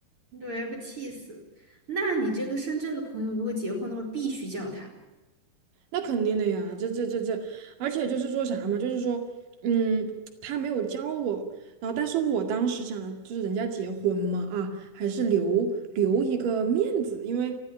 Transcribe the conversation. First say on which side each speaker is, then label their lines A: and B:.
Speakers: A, on the right; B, on the right.
A: 对，不气死。那你这个深圳的朋友，如果结婚的话，必须叫他。
B: 那肯定的呀，这这这这，而且就是说啥嘛，就是说，嗯，他没有教我，然后但是我当时想的就是人家结婚嘛，啊，还是留留一个面子，因为